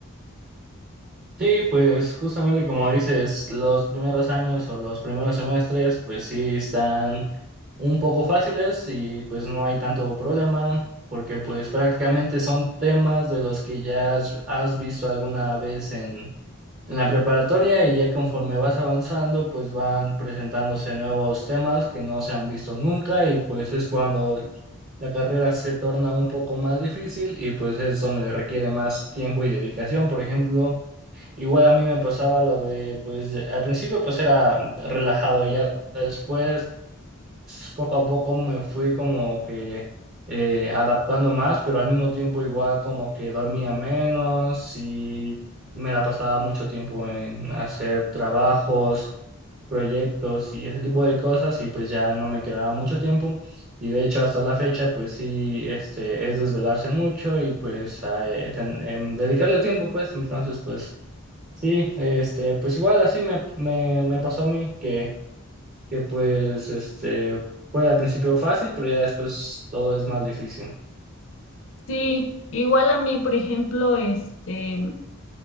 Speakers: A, on the right; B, on the left.
A: Sí, pues justamente como dices, los primeros años o los primeros semestres, pues sí están un poco fáciles y pues no hay tanto problema, porque pues prácticamente son temas de los que ya has, has visto alguna vez en, en la preparatoria y ya conforme vas avanzando, pues van presentándose nuevos temas que no se han visto nunca y pues es cuando la carrera se torna un poco más difícil y pues es donde requiere más tiempo y dedicación. Por ejemplo, Igual a mí me pasaba lo de, pues de- al principio pues era relajado y ya después poco a poco me fui como que eh, adaptando más, pero al mismo tiempo igual como que dormía menos y me la pasaba mucho tiempo en hacer trabajos, proyectos y ese tipo de cosas y pues ya no me quedaba mucho tiempo y de hecho hasta la fecha pues sí, este, es desvelarse mucho y pues a, eh, ten- em, dedicarle tiempo pues entonces pues... Sí, este, pues igual así me, me, me pasó a mí, que, que pues este, fue al principio fácil, pero ya después todo es más difícil.
B: Sí, igual a mí, por ejemplo, este